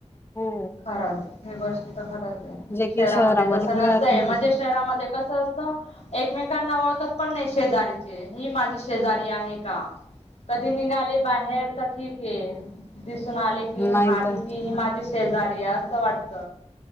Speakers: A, on the left; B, on the left.
A: हो,
B: खरंच हे गोष्ट तर खरच आहे
A: जे
B: शहरामध्ये
A: कि
B: तस नसतय
A: मिळत नाही.
B: म्हणजे शहरामध्ये कसं असतं एकमेकांना ना ओळखत पण नाही शेजारीचे ही माझी शेजारी आहे का कधी निघाले बाहेर तर ठीक आहे दिसून आले की
A: नाही
B: हा
A: तर
B: ठीक ह ही माझी शेजारी आ वाटत